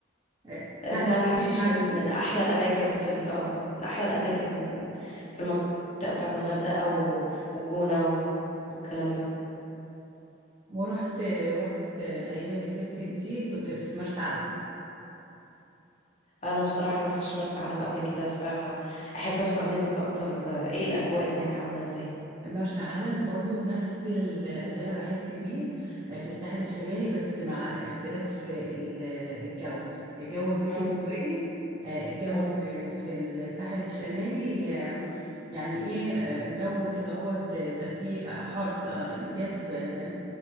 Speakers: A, on the right; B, on the left.
A: آه، سهل
B: آه، سهل
A: حشيش
B: حشيش
A: نفسه
B: من من احلى الاماكن في ال- اه من احلى الاماكن في المنطقة بتاعة الغردقة و- والجونة و- والكلام ده
A: ورحت ورحت الايام اللي فاتت دي كنت في مرسى علم
B: انا بصراحة ما رحتش مرسى علم قبل كده فاحب اسمع منك اكتر آه، ايه الاجواء هناك عاملة ازاي
A: مرسى علم برضو نفس ال- اللي انا بحس بيه آه، في الساحل الشمالي بس مع اختلاف ال- الجو الجو هناك
B: مم،
A: استوائي آه، الجو
B: مم،
A: في الساحل الشمالي آه، يعني ايه آه، جو كده هو ده فيه حرس آه، جاف آه،